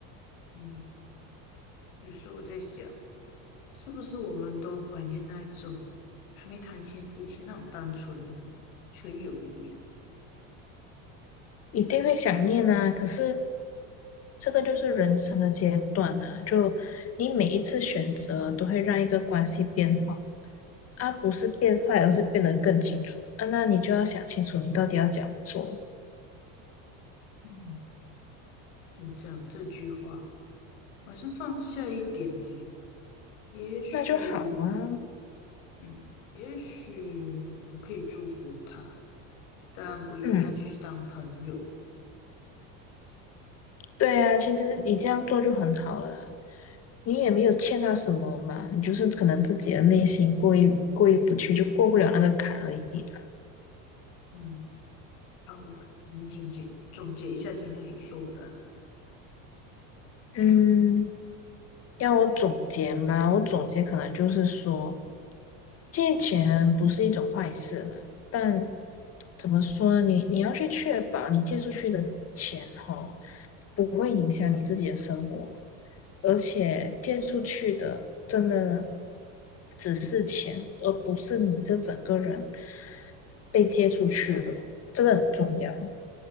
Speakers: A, on the left; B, on the left.
A: 嗯，有时候我在想，是不是我们都怀念那一种还没谈钱之前那种单纯啊、纯友谊啊？
B: 一定会想念啊，可是。这个就是人生的阶段啊，就你每一次选择都会让一个关系变化。啊，不是变坏，而是变得更清楚啊。那你就要想清楚，你到底要怎样做，
A: 嗯，你这样这句话好像放下一点了耶也许，
B: 那就好啊。
A: 嗯，也许我可以祝福他。但不一定要继续当朋友。
B: 嗯，对啊，其实你这样做就很好了啊你也没有欠他什么嘛，你就是可能自己的内心过意过意不去，就过不了那个坎而已啦。
A: 嗯好了，我们总结总结一下今天所说的了。
B: 嗯，要我总结吗？我总结可能就是说，借钱不是一种坏事嘛，但怎么说呢？你你要去确保你借出去的钱哈，不会影响你自己的生活啦而且借出去的真的只是钱，而不是你这整个人被借出去了，这个很重要。